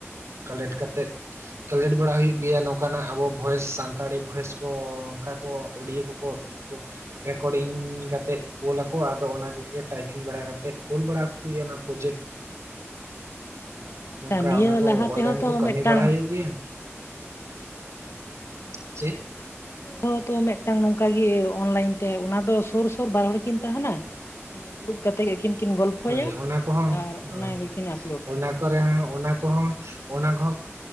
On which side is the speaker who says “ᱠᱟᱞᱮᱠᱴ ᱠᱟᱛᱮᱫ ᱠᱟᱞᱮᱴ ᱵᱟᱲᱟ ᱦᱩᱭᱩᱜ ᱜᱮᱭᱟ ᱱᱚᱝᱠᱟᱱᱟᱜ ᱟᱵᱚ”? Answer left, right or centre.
Right